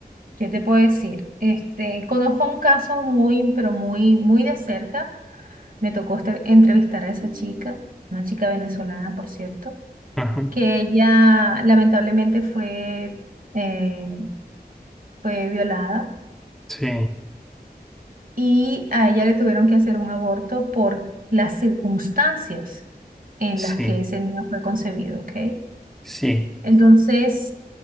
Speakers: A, on the right; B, in the centre.
A: ¿qué te puedo decir? Este, conozco un caso muy, pero muy, muy de cerca. Me tocó este- entrevistar a esa chica, una chica venezolana, por cierto,
B: Ajá.
A: que ella lamentablemente fue, eh, fue violada
B: Sí,
A: y a ella le tuvieron que hacer un aborto por las circunstancias en
B: sí,
A: las que ese niño fue concebido, ¿ok?
B: sí.
A: Entonces,